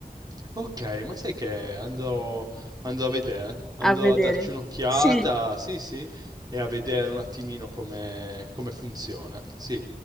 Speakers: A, on the right; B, in the centre.
A: Ok, ma sai che andrò, andrò a vedere, andrò
B: A vedere.
A: a darci un'occhiata,
B: Sì.
A: sì sì, e a vedere un attimino come, come funziona, sì.